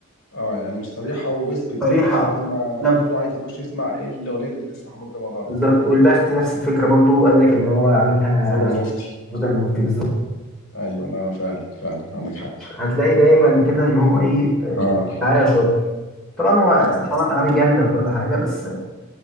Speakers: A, on the left (about 55°); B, in the centre.
A: اه يعني مش صريحه واثبت
B: صريحة
A: بقى فهم
B: لا
A: كله عايز يخش يسمع ايه الاغنيه اللي بتسمع محمد رمضان
B: بالظبط والبخت نفس الفكرة برضو قال لك ان هو عاملها
A: هدى المفتي
B: عشان هدى المفتي بالظبط
A: ايوه انا فعلا فعلا عندك حق
B: هتلاقي دايما كده ان هو ايه آه،
A: اه
B: دعاية شاطر طبعا هو
A: ايوه
B: طبعا اغاني جامدة وكل حاجة بس